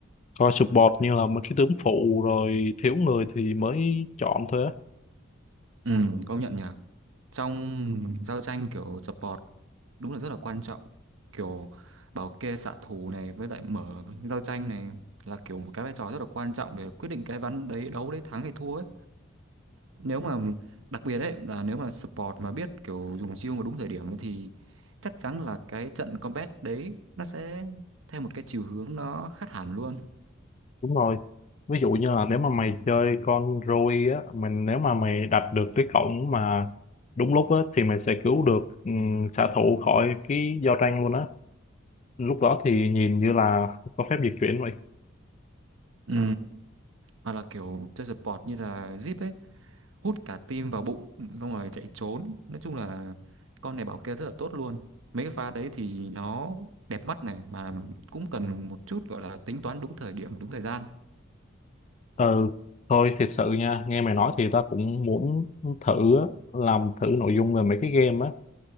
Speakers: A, on the left; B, on the right.
A: coi support như là một cái tướng phụ rồi thiếu người thì mới chọn thôi á.
B: ừ công nhận nhỉ trong giao tranh kiểu support đúng là rất là quan trọng kiểu bảo kê xạ thủ này với lại mở giao tranh này là kiểu một cái vai trò rất là quan trọng để quyết định cái ván đấy đấu đấy thắng hay thua ấy nếu mà đặc biệt đấy là nếu mà support mà biết kiểu dùng chiêu mà đúng thời điểm ấy thì chắc chắn là cái trận combat đấy nó sẽ theo một cái chiều hướng nó khác hẳn luôn
A: đúng rồi ví dụ như là nếu mà mày chơi con Rui á mình nếu mà mày đặt được cái cổng mà đúng lúc á thì mày sẽ cứu được um, xạ thủ khỏi cái giao tranh luôn á lúc đó thì nhìn như là có phép dịch chuyển vậy
B: ừ. mà là kiểu chơi support như là Zip ấy hút cả tim vào bụng xong rồi chạy trốn nói chung là con này bảo kê rất là tốt luôn mấy cái pha đấy thì nó đẹp mắt này mà cũng cần một chút gọi là tính toán đúng thời điểm đúng thời gian
A: ừ thôi thiệt sự nha nghe mày nói thì tao cũng muốn thử á, làm thử nội dung về mấy cái game á